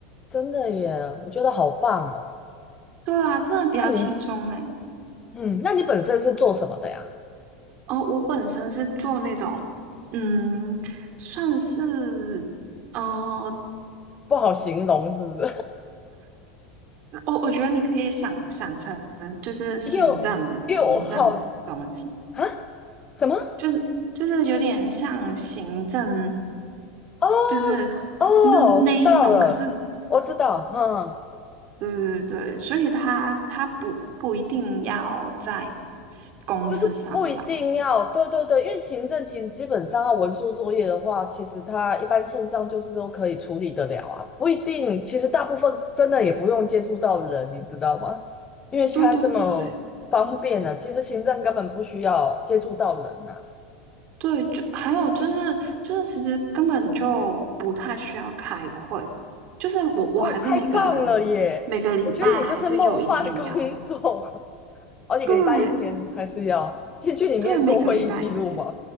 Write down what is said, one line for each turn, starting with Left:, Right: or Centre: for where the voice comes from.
Left: 真的耶，我觉得好棒哦。
Right: 对啊，真的比较轻松嘞。
Left: 那你，嗯，那你本身是做什么的呀？
Right: 哦，我本身是做那种，嗯，算是，呃，
Left: 不好形容是不是？
Right: 我我觉得你可以想想成就是行政行政东西，
Left: <laughs> 又又好奇啊，什么？<laughs>
Right: 就是就是有点像行政，
Left: 哦
Right: 就是
Left: 哦，
Right: 那那一种，
Left: 我知道了，
Right: 可是
Left: 我知道，嗯
Right: 对对对，所以他他不不一定要在 s- 公司上班。
Left: 就是不一定要，对对对，因为行政其实基本上要文书作业的话，其实它一般线上就是都可以处理得了啊，不一定，其实大部分真的也不用接触到人，你知道吗？因为现在这么方便了，
Right: 对对对
Left: 其实行政根本不需要接触到人啊。
Right: 对，就还有就是就是其实根本就不太需要开会，就是我我还是每个
Left: 哦，太棒了耶！
Right: 每个礼拜还是有一天要，
Left: 我觉得你这是梦幻的工作，<laughs> 哦，你个礼拜一天还是要进去里面做会议记录吗？
Right: 对对，每个礼拜一天。